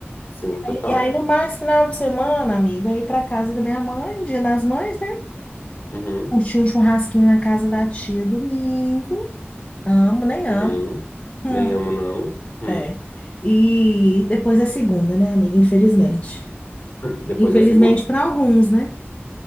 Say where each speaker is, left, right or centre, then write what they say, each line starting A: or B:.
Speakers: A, on the left (about 50°); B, on the left (about 30°).
A: Sim, total.
B: E aí, no mais, final de semana, amigo, eu ia ir casa da minha mãe, dia das mães, né?
A: Uhum.
B: Curti um churrasquinho na casa da tia domingo. Amo, nem amo.
A: Uhum.
B: Hum,
A: Nem amo, não. Hum.
B: é. E depois é segunda, né, amiga? Infelizmente.
A: Depois
B: Infelizmente
A: da segunda.
B: para alguns, né?